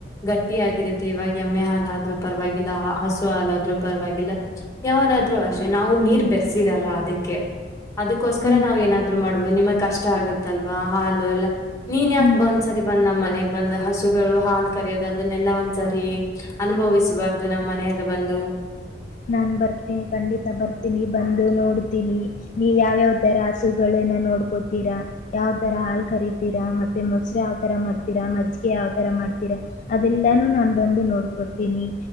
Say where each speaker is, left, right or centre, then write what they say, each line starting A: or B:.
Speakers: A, on the left (about 15°); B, on the left (about 45°).
A: ಗಟ್ಟಿ ಆಗಿರುತ್ತೆ ಇವಾಗ ಎಮ್ಮೆ ಹ್ರೂ ಪರಲ್ಲ ಹಸು ಹಾಾಲಾದ್ರೂ ಪರವಾಗಿಲ್ಲ ಯದಾದ್ರೂ ಅ ನಾವು ನೀರ್ ಬೆರೆಸಿರಲ್ಲ ಅದಕ್ಕೆ <unintelligible>
B: ಹ್ಮ್
A: ನಾವ ಏನಾದೂ ಮಾಡಬೋದು ನಿಮಗ್ ಕಷ್ಟ ಆಗುತ್ತಲ್ವಾ ಹಾಲು ಎಲ್ಲಾ ನೀನ್ ಯಾಕ
B: ಹ್ಮ್
A: ಒಂದ್ಸರಿ ಬಂದ್ ಮನೆಗ್ ಬಂದ ಹಸುಗಳು ಹಾಲು ಕರೆಯೋದು ಅದನ್ನೆಲ್ಲಾ ಒಂದ್ಸರಿ ಅನುಭವಿಸಬಾರ್ದು ನಮ್ಮ್ ಮನ್ಯಾಗ ಬಂದು
B: ನಾನು ಬರ್ತನಿ ಖಂಡಿತ ಬರ್ತೀನಿ ಬಂದು ನೋಡ್ತೀನಿ ನೀವ್ ಯಾವ್ಯಾವ್ ತರ ಹಸುಗಳನ್ನ ನೋಡ್ಕೋತೀರಾ ಯಾವ್ ತರ ಹಾಲ್ ಕರತೀರಾ ಮತ್ತೆ ಮೊಸರು ಯಾವ್ತರ ಮಾಡ್ತೀರಾ ಮಜ್ಜಿಗೆ ಯಾವ್ತರ ಮಾಡ್ತೀರಾ ಅದೆಲ್ಲಾನು ನಾನ್ ಬಂದು ನೋಡ್ಕೋತೀನಿ